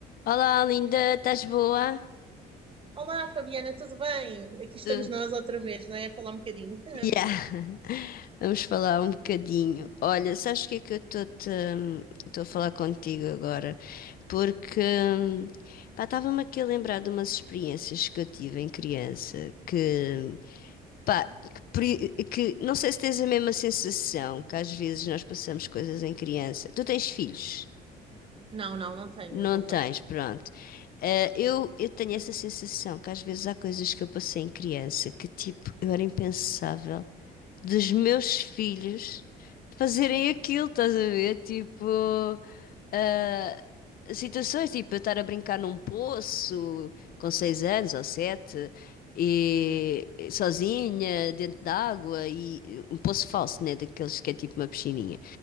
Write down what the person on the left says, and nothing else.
Olá, linda, estás boa?
Tudo.
Yeah. <laughs> Vamos falar um bocadinho. Olha, sabes o que é que eu estou-te, hum, estou a falar contigo agora? Porque, hum, pá, estava-me aqui a lembrar de umas experiências que eu tive em criança que, pá, que, pri- que não sei se tens a mesma sensação que às vezes nós passamos coisas em criança. Tu tens filhos?
Não
tens,
pronto. Eh, eu, eu tenho essa sensação que às vezes há coisas que eu passei em criança que, tipo, eu era impensável dos meus filhos fazerem aquilo, estás a ver? Tipo, eh, situações, tipo, eu estar a brincar num poço com seis anos ou sete e, sozinha, dentro d'água, e um poço falso, né? Daqueles que é tipo uma piscininha.